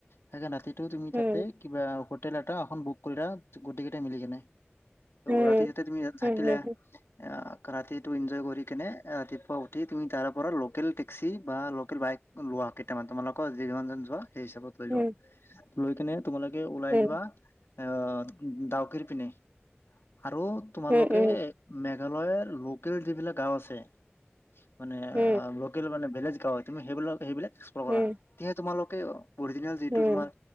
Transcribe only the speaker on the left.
খাই কেনে ৰাতি তুমি
তাতে কিবা হোটেল এটা এখন বুক কৰিলা গোটেই কেইটাই মিলি কেনে। অ'
ৰাতিটোত তুমি তাত থাকিলা
আহ ৰাতিটো এনজয় কৰি কেনে ৰাতিপুৱা উঠি তুমি তাৰ পৰা লোকেল টেক্সি বা লোকেল বাইক লোৱা কেইটামান তোমালোকৰ যিমানজন যোৱা সেই হিচাপত লৈ
লোৱা লৈ কেনে তোমালোকে ওলাই
যোৱা এ দাউকিৰ পিনে আৰু তোমালোকে
মেক মেঘালয়ৰ লোকেল যিবিলাক গাও আছে মানে
লোকেল মানে বেলেগ হয় তুমি সেইবিলাক সেইবিলাক এক্সপ্লৰ
কৰা তে তোমালোকে অৰিজিনেল যিটো
তোমাৰ